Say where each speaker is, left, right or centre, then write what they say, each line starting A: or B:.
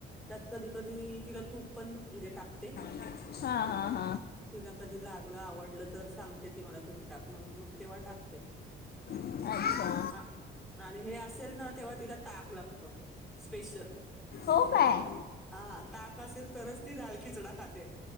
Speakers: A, in the centre; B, on the left.
A: त्यात कधी कधी तिला तूप पण म्हणजे टाकते.
B: हा. हा. ह.
A: तिला कधी लागलं, आवडलं, तर सांगते ती मला, तुप टाक म्हणून मग तेव्हा टाकते.
B: हां अच्छा
A: अ आणि हे असेल ना तेव्हा तिला ताक लागत, स्पेशल
B: हो काय
A: हा, ताक असेल तरच ती डाळ खिचडा खाते.